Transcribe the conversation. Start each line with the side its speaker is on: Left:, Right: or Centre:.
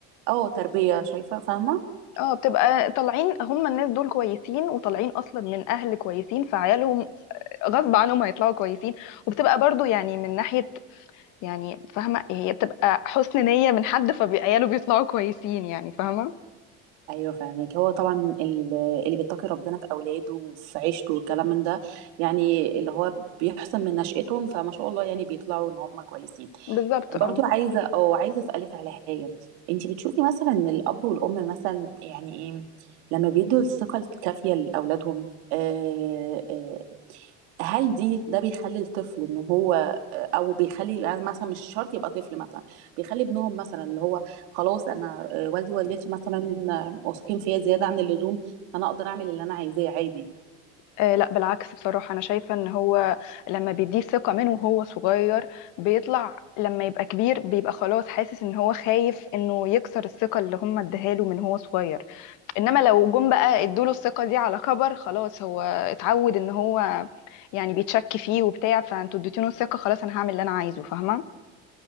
Right: اه تربيه شايفه فاهمه
Left: اه بتبقى طالعين هم الناس دول كويسين وطالعين اصلا من اهل كويسين فعيالهم غصب عنهم هيطلعوا كويسين وبتبقى برضو يعني من ناحية يعني فاهمة هي بتبقى حسن نية من حد فعياله بيطلعوا كويسين يعني فاهمة
Right: ايوه فاهمك هو طبعا ال- اللي بيتقي ربنا في اولاده وفي عيشته والكلام من ده يعني اللي هو بيحسن من نشأتهم فما شاء الله يعني بيطلعوا ان هم كويسين
Left: بالظبط
Right: برضو
Left: اه
Right: عايزه او عايزه اسالك على حاجه انت بتشوفي مثلا ان الاب والام مثلا يعني ايه لما بيدوا الثقه الكافيه لاولادهم آه آه هل دي ده بيخلي الطفل ان هو او بيخلي يعني مثلا مش شرط يبقى طفل مثلا بيخلي ابنهم مثلا اللي هو خلاص انا آه، والدي ووالدتي مثلا واثقين فيا زياده عن اللزوم فانا اقدر اعمل اللي انا عايزاه عادي
Left: آه، لا بالعكس بصراحة أنا شايفة إن هو لما بيديه ثقة منه وهو صغير بيطلع لما يبقى كبير بيبقى خلاص حاسس إن هو خايف إنه يكسر الثقة اللي هم اديها له من هو صغير انما لو جم بقى ادوله الثقة دي على كبر خلاص هو اتعود ان هو يعني بيتشك فيه وبتاع فانتوا اديتوله الثقة خلاص انا هعمل اللي انا عايزه فاهمة